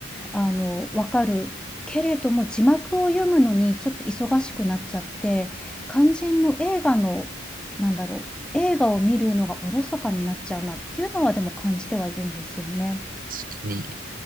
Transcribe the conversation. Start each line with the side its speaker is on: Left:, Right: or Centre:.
Centre: あの、わかる。けれども字幕を読むのにちょっと忙しくなっちゃって、肝心の映画の、なんだろう、映画を見るのがおろそかになっちゃうなっていうのはでも感じてはいるんですよね。
Right: 確かに。